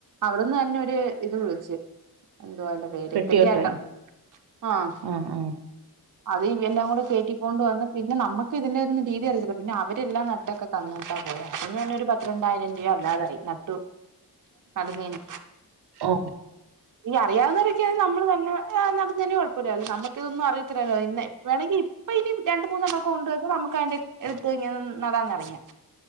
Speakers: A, on the right; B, on the right.
A: അവിടുന്ന് തന്നെ ഒരു ഇത് വിളിച്ച് എന്തുവാ അന്റെ പേര്
B: പെട്ടിയോട്ടയോ
A: തെട്ടിയാട്ട ആഹ
B: ആഹ് ആഹ്
A: അത് ഇവ എല്ലാം കൂടെ കയറ്റിക്കൊണ്ട് വന്ന പിന്നെ നമ്മുക്ക് ഇതിന്റെ ഒന്ന് രീതി അറിച്ചിട്ട പിന്നെ അവരെല്ലാം നട്ടൊക്കെ തന്നിട്ടാ പോയാ അത് ഒരു പത്തിത്രണ്ടായിരം രൂപ അല്ലാതായി നട്ടു നടുന്നേന്
B: ഓ
A: ഈ അറിയാവുന്നവൊക്കെയ നമ്മള് തന്നെ നടന്നേും കുഴപ്പമില്ലല്ല നമക്കിതൊന്നും അറിയത്തില്ലല്ലോ വേണങ്കിൽ ഇപ്പ ഇനി രണ്ട മൂന്നെണ്ണം ഒക്കെ കൊണ്ട് പോയിട്ട് നമുക്ക് അതി അടുത്ത് നടന്നറിയാം